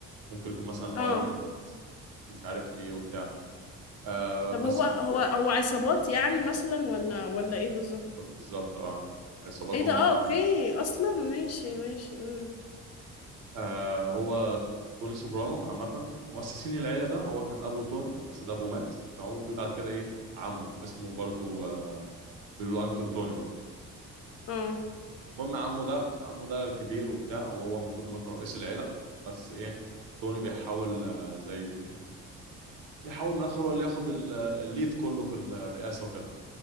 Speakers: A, on the right; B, on the left.
A: ممكن يكون مثلا قرايب
B: اه
A: من مش عارف إيه وبتاع آه
B: طب
A: بس
B: هو هو هو عصابات يعني مثلا ولا ولا ايه بالظبط
A: بالظبط اه عصابات
B: ايه ده
A: هم
B: اه اوكي اصلا ماشي ماشي امم
A: آه هو توني سوبرانو عامة مؤسسين العيلة ده هو كان أبو توني بس ده أبوه مات تمام وفي بعد كده إيه عمه اسمه برضو آه بيقولوا له أنكل توني برضو
B: اه
A: المهم عمه ده عمه ده كبير وبتاع وهو المفروض إنه كان رئيس العيلة بس إيه توني بيحاول آه زي يحاول من الآخر هو اللي ياخد ال- الليد كله في الرئاسة وكده